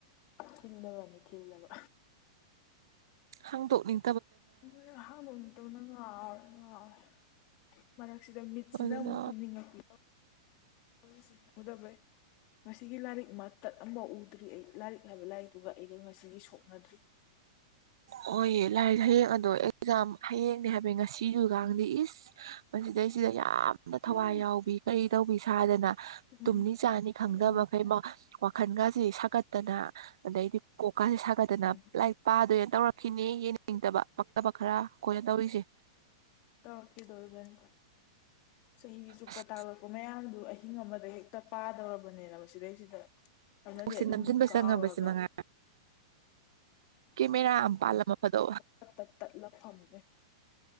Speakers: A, on the left; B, on the right.
A: ꯊꯤꯜꯂꯕꯅꯤ ꯊꯤꯜꯂꯕ
B: ꯍꯥꯡꯗꯣꯛꯅꯤꯡ__
A: ꯑꯗꯨꯅꯤ ꯍꯥꯡꯗꯣꯛꯅꯤꯡꯇꯕꯅ ꯉꯥꯎꯔꯦ ꯉꯥꯎꯔꯦ ꯃꯔꯛꯁꯤꯗ ꯃꯤꯠꯁꯤꯅ
B: ꯑꯗꯨꯅ
A: ꯑꯃꯨꯛ ꯇꯨꯝꯅꯤꯡꯉꯛꯄꯤ <inaudible> ꯎꯗꯕꯩ ꯉꯁꯤꯒꯤ ꯂꯥꯏꯔꯤꯛ ꯃꯇꯠ ꯑꯃꯕꯧ ꯎꯗ꯭ꯔꯤ ꯑꯩ ꯂꯥꯏꯔꯤꯛ ꯍꯥꯏꯕ ꯂꯥꯏꯔꯤꯛꯇꯨꯒ ꯑꯩꯒ ꯉꯁꯤꯒꯤ ꯁꯣꯛꯅꯗ꯭ꯔꯤ
B: ꯑꯣꯌꯦ ꯂꯥꯏꯔꯤꯛ ꯍꯌꯦꯡ ꯑꯗꯣ ꯑꯦꯛꯖꯥꯝ ꯍꯌꯦꯡꯅꯦ ꯍꯥꯏꯕꯩ ꯉꯁꯤꯗꯨꯒꯥꯡꯗꯤ ꯏꯁ ꯃꯁꯤꯗꯩꯁꯤꯗ ꯌꯥꯝ ꯅ ꯊꯋꯥꯏ
A: ꯎꯝ
B: ꯌꯥꯎꯕꯤ ꯀꯔꯤ ꯇꯧꯕꯤ ꯁꯥꯗꯅ
A: ꯎꯝ
B: ꯇꯨꯝꯅꯤ ꯆꯥꯅꯤ ꯈꯪꯗꯕꯈꯩꯃ
A: ꯎꯝ
B: ꯋꯥꯈꯟꯒꯁꯤ ꯁꯥꯒꯠꯇꯅ ꯑꯗꯩꯗꯤ ꯀꯣꯛꯀꯁꯤ ꯁꯥꯒꯠꯇꯅ
A: ꯎꯝ
B: ꯂꯥꯏ ꯄꯥꯗꯣꯏꯅ ꯇꯧꯔꯛꯈꯤꯅꯤ ꯌꯦꯡꯅꯤꯡꯇꯕ ꯄꯛꯇꯕ ꯈꯔ ꯑꯩꯈꯣꯏꯅ ꯇꯧꯔꯤꯁꯦ
A: ꯇꯧꯔꯛꯈꯤꯗꯧꯔꯤꯕꯅꯤ ꯆꯍꯤ ꯆꯨꯞꯄ
B: ꯑꯁ
A: ꯇꯥꯛꯂꯛꯄ ꯃꯌꯥꯝꯗꯨ ꯑꯍꯤꯡ ꯑꯃꯗ ꯍꯦꯛꯇ ꯄꯥꯗꯧꯔꯕꯅꯦ ꯃꯁꯤꯗꯩꯁꯤꯗ ꯑꯗꯨꯅꯗꯤ
B: ꯀꯣꯛꯁꯦ
A: ꯑꯗꯨꯝ
B: ꯅꯝꯁꯤꯟꯕ
A: ꯀꯥꯎꯔꯒ
B: ꯆꯪꯉꯕꯁꯤ ꯃꯉꯥꯏ ꯀꯦꯃꯦꯔꯥ ꯑꯝ ꯄꯥꯜꯂꯝꯃ ꯐꯗꯧꯕ
A: ꯇꯠ ꯇꯠ ꯇꯠꯂꯥ ꯐꯝꯃꯦ